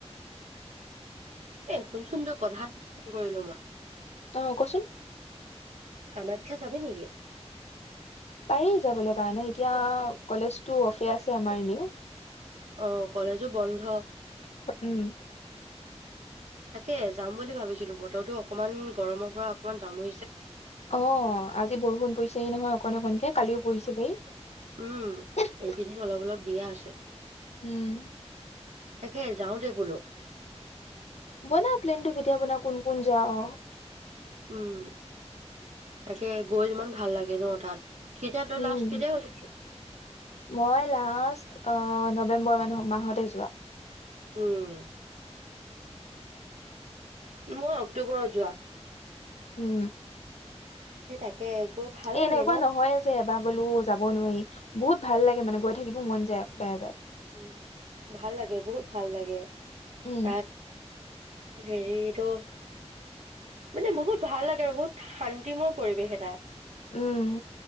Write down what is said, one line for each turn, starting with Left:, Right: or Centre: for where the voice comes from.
Right: এ শুনচোন কথা এটাত ফোন কৰিলো মই
Left: অ কচোন
Right: কামাখ্যা যাবি নেকি?
Left: পাৰি যাবলৈ কাৰণে এতিয়া কলেজটো অফে আছে আমাৰ এনেও।
Right: অ কলেজো বন্ধ।
Left: উম
Right: তাকে যাম বুলি ভাবিছিলো বতৰটো অকনমান গৰমৰ পৰা অকমান জাম
Left: অ আজি বৰষুণ পৰিছেই নহয় অকন অকনকে কালিও পৰিছিলেই।
Right: উম, এইকেইদিন অলপ অলপ দিয়ে আছে।
Left: উম
Right: তাকে যাওঁদে বোলো
Left: বনা প্লেনতটো কেতিয়া বনা কোন কোন যা অ।
Right: উম তাকে গৈ ইমান ভাল লাগে ন তাত তই
Left: উম
Right: লাষ্ট কেতিয়া গৈছিলি?
Left: মই লাষ্ট অ নৱেম্বৰ মান মাহতে যোৱা।
Right: উম মই অক্টোবৰত যোৱা
Left: উম
Right: সেই তাকে। গৈ ভাল
Left: এ
Right: লাগে
Left: এনেকুৱা
Right: ন?
Left: নহয় যে এবাৰ গ'লো যাব নোৱাৰি বহুত ভাল লাগে মানে গৈ থাকিবও মন যায়, বাৰে বাৰে।
Right: উ ভাল লাগে বহুত ভাল লাগে।
Left: উম
Right: তাত হেৰিটো মানে বহুত ভাল লাগে আৰু বহুত শান্তিময় পৰিৱেশ এটা।
Left: উম